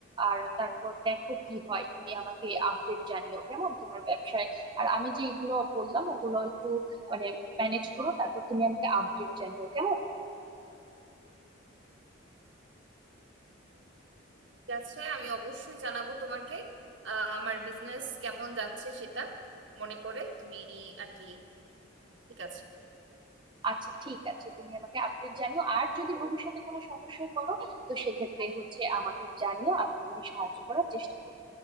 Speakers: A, on the right; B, on the right.
A: আর তারপর দেখো কি হয় তুমি আমাকে আপডেট জানিও কেমন তোমার ব্যবসায় আর আমি যে এগুলো বললাম ওগুলো একটু মানে ম্যানেজ করো তারপর তুমি আমাকে আপডেট জানিও কেমন
B: ঠিক আছে আমি অবশ্যই জানাবো তোমাকে আহ, আমার বিজনেস কেমন যাচ্ছে সেটা মনে করে তুমি আর কি ঠিক আছে
A: আচ্ছা ঠিক আছে তুমি আমাকে আপডেট জানিও আর যদি ভবিষ্যতে কোনো সমস্যায় পড়ো তো সেক্ষেত্রে হচ্ছে আমাকে জানিও আমি তোমাকে সাহায্য করার চেষ্টা করবো